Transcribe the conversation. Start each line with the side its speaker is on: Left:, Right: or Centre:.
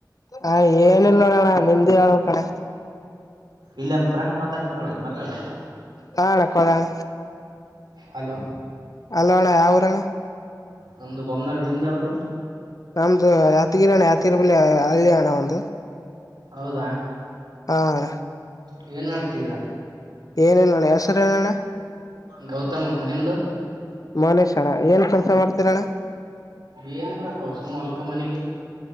Left: ಆ ಏನಿಲ್ಲ ಅಣ್ಣ ನಿಮ್ಮದೇ ಹೇಳ್ಬೇಕ್ ಅಣ್ಣ
Right: ಇಲ್ಲ ನಮ್ಮ ಫ್ರೆಂಡ್ ಮಾತಾಡ್ತಾರ ನೋಡು ಮಾತಾಡು
Left: ಹಾ ಅಣ್ಣ ಕೊಡೋಣ
Right: ಹಲೋ
Left: ಹಲೋ ಅಣ್ಣ ಯಾವೂರ್ ಅಣ್ಣ
Right: ನಮ್ದು ಬೊಮ್ಮನಹಳ್ಳಿ ನಿಮ್ಮದು ಯಾವೂರು
Left: ನಮ್ದು ಯಾದೀರಿಯಣ್ಣ ಯಾದಗಿರಿ ಬಳಿ ಹಳ್ಳಿ ಅಣ್ಣ ಒಂದು
Right: ಹೌದಾ
Left: ಹಾ ಅಣ್ಣ
Right: ನೀವು ಏನ್ ಮಾಡ್ತಿದ್ದೀರಾ
Left: ಏನ್ ಇಲ್ಲಾಣ ಹೇಸೂರಹೆಳಣ್ಣ
Right: ಗೌತಮ್ ಅಂತ ನಿಮ್ದ
Left: ಮನೇಶ್ ಅಣ್ಣ ಏನ್ ಕೆಲ್ಸ ಮಾಡ್ತೀರಣ್ಣ
Right: ಏನಿಲ್ಲಪ್ಪಸು ಹೊಲ್ಕ ಮನೆಗೆ